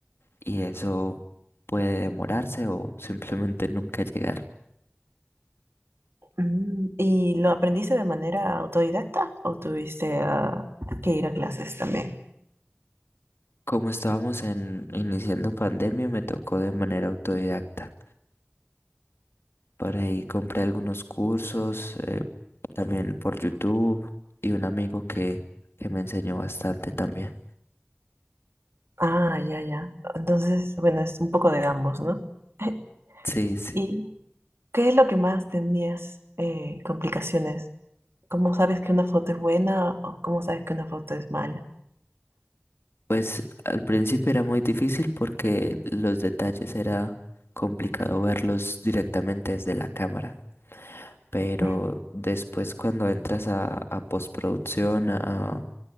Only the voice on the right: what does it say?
Mm, ¿Y lo aprendiste de manera autodidacta o tuviste ah, que ir a clases también?
Ah, ya, ya. Entonces, bueno, es un poco de ambos, ¿no? <laughs>
¿Y qué es lo que más tenías eh, complicaciones? ¿Cómo sabes que una foto es buena o cómo sabes que una foto es mala?
<laughs>